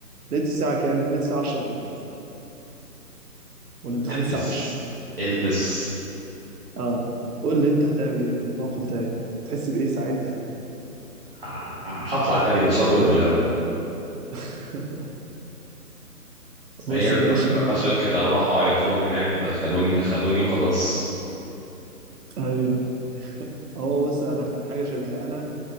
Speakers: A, on the right; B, on the right.
A: لقيت الساعه كام؟ لقيت الساعه 10 وتلت والامتحان
B: البس
A: الساعه 10
B: البس
A: اه قول لي انت هتعمل ايه في الموقف ده يعني هتحس بايه ساعتها يعني؟
B: ه- هطلع جري ان شاء الله بالبيجامه
A: <laughs> بص
B: هي
A: يا
B: ف-
A: باشا
B: اصغر كده واروح اعيط لهم هناك دخلوني دخلوني وخلاص
A: ايوه هو بص انا كان حاجه شبيهه انا